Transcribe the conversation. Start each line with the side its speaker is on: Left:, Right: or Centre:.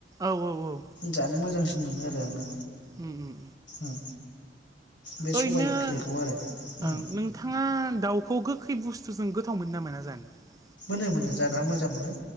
Right: औ औ
Left: जानो मोजांसिन
Right: उम
Left: मोनो आरो आंङो
Right: उम उम
Left: उम बे
Right: ओरैनो
Left: सबाइ ओंख्रिखौ आरो उम
Right: नोंथाङा दाउखौ खौ गोखै बुस्थुजों गोथाव मोनो नामा ना जानो
Left: नो मोन जा मोजां मोनो